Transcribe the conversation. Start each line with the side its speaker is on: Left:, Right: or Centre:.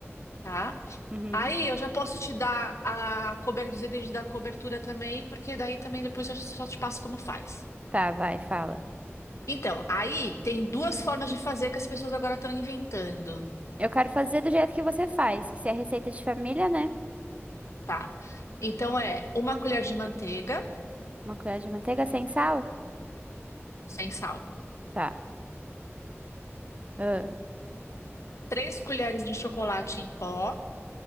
Left: tá?
Right: Uhum.
Left: Aí eu já posso te dar a cobertura, os itens da cobertura também, porque daí também depois eu só te passo como faz.
Right: Tá, vai, fala.
Left: Então, aí tem duas formas de fazer que as pessoas agora estão inventando,
Right: Eu quero fazer do jeito que você faz, que se é receita de família, né?
Left: tá? Então é uma colher de manteiga
Right: Uma colher de manteiga sem sal?
Left: sem sal,
Right: Tá. Ah,
Left: três colheres de chocolate em pó,